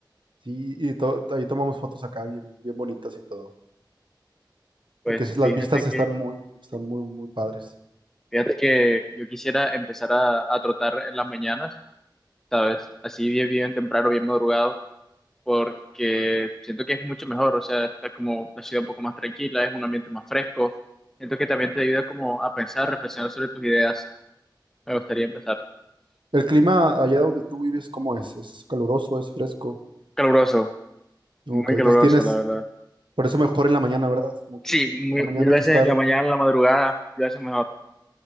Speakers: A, on the right (about 80°); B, in the centre.
A: sí, y to- ahí tomamos fotos acá bien, bien bonitas y todo,
B: Pues
A: porque esas-
B: fíjate
A: las vistas están
B: que,
A: muy, están
B: sí,
A: muy, muy padres.
B: fíjate que yo quisiera empezar a, a trotar en las mañanas, ¿sabes? Así bien, bien temprano, bien madrugado, porque siento que es mucho mejor, o sea, está como la ciudad un poco más tranquila, es un ambiente más fresco. Siento que también te ayuda como a pensar, reflexionar sobre tus ideas. Me gustaría empezar.
A: El clima allá donde tú vives, ¿cómo es? ¿Es caluroso? ¿Es fresco?
B: Caluroso,
A: No,
B: muy
A: Ok, entonces
B: caluroso,
A: tienes,
B: la verdad.
A: por eso mejor en la mañana, ¿verdad? Como
B: Sí,
A: que en
B: muy-
A: la mañana
B: mil veces
A: que está,
B: en la mañana, en la madrugada, mil veces mejor.